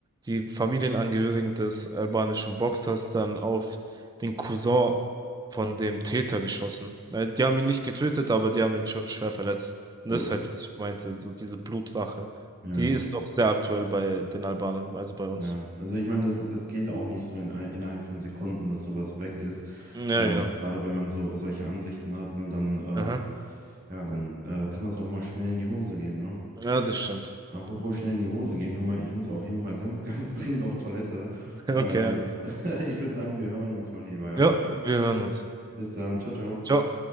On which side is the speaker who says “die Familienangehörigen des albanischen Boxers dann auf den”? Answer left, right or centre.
Right